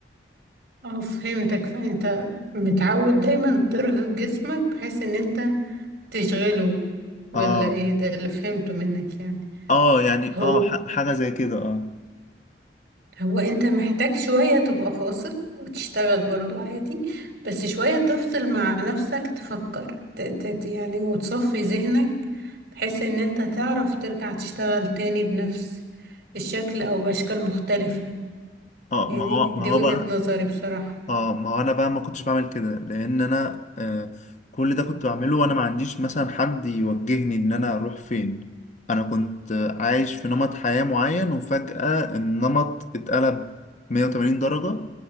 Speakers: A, on the right (about 60°); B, on the left (about 45°).
A: أه فهمتك فأنت متعود دايما ترهق جسمك بحيث إن أنت تشغله ولا
B: اه
A: إيه ده اللي فهمته منك يعني
B: اه يعني
A: هو
B: اه ح- حاجة زي كده اه
A: هو انت محتاج شوية تبقى فاصل وتشتغل برضو عادي بس شوية تفصل مع نفسك تفكر ت- ت- ت- يعني وتصفي ذهنك بحيث ان انت تعرف ترجع تشتغل تاني بنفس الشكل او بأشكال مختلفة
B: اه
A: يعني
B: ما هو
A: دي
B: ما هو
A: وجهة
B: بقى
A: نظري بصراحة
B: اه ما هو انا بقى ما كنتش بعمل كده لان انا آه كل ده كنت بعمله وانا ما عنديش مثلا حد يوجهني ان انا اروح فين انا كنت آه، عايش في نمط حياة معين وفجأة النمط اتقلب 180 درجة